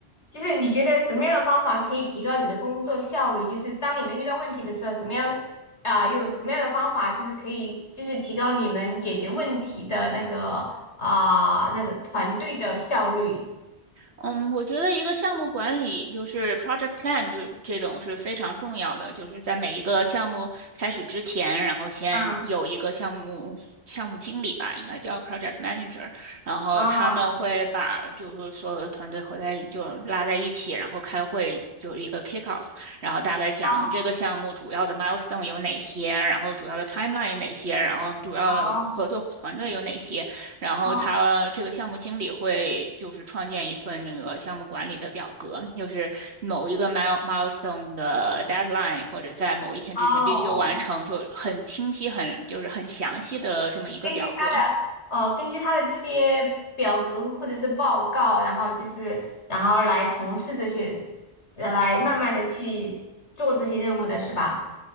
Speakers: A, on the left; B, on the right.
A: 就是你觉得什么样的方法可以提高你的工作效率？就是当你们遇到问题的时候，什么样啊、有什么样的方法就是可以就是提高你们解决问题的那个啊、那个团队的效率？
B: 嗯，我觉得一个项目管理就是 project plan，就是这种是非常重要的，就是在每一个项目开始之前，然后先有一个项目项目经理吧，
A: 嗯
B: 应该叫 project manager，然后他们会把就是所有的团队合在一就拉在一起，
A: 嗯
B: 然后开会，就是一个 kick off，然后大概讲这个项目主要的
A: 哦
B: milestone 有哪些，然后主要的 timeline 有哪些，然后主要的合作团队有哪些。
A: 哦
B: 然后他这个项目经理会就是创建一份那个项目管理的表格，
A: 哦
B: 就是某一个 mile milestone 的 deadline 或者在某一天之前必须完成，
A: 哦，
B: 就很清晰、很就是很详细的这么一个表格。
A: 根据他的呃，根据他的这些表格或者是报告，然后就是然后来从事这些，来慢慢的去做这些任务的是吧？